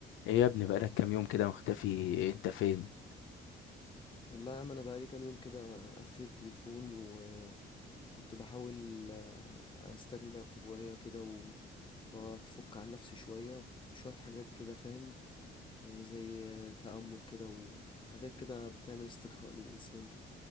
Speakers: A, on the left (about 85°); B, on the left (about 25°).
A: ايه يا ابني بقالك كام يوم كده مختفي انت فين
B: والله يا عم انا بقالي كام يوم كده قفل التليفون وكنت بحاول آه، استجمع قوايا كده و- وافك عن نفسي شويه بشويه حاجات كده فاهم آه، زي آه، تامل كده وحاجات كده بتعمل استرخاء للانسان كده